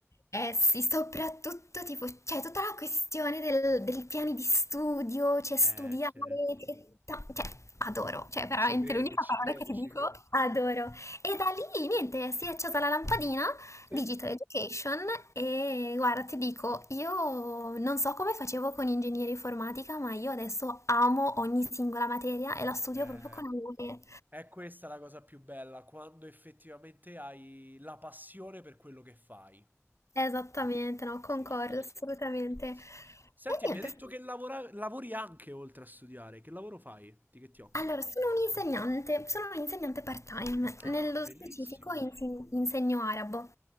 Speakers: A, on the left; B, on the right.
A: eh sì, soprattutto tipo, cioè tutta la questione del, del piani di studio, cioè studiare,
B: Eh, cer
A: e ta- cioè adoro, cioè veramente
B: Ci credo,
A: l'unica
B: ci
A: parola
B: credo,
A: che ti
B: ci
A: dico,
B: credo.
A: adoro. E da lì niente, si è accesa la lampadina
B: Sì.
A: Digital Education e guarda, ti dico, io non so come facevo con ingegneria informatica, ma io adesso amo ogni singola materia e la studio
B: Eh,
A: proprio con amore.
B: è questa la cosa più bella, quando effettivamente hai la passione per quello che fai.
A: Esattamente, no, concordo
B: Sì, sì, sì,
A: assolutamente.
B: ti capisco. Senti,
A: E
B: e
A: niente,
B: mi hai detto
A: s-
B: che lavora lavori anche oltre a studiare. Che lavoro fai? Di che ti occupi?
A: allora, sono un'insegnante, sono un'insegnante part-time,
B: Ah,
A: nello
B: bellissimo.
A: specifico inse- insegno arabo.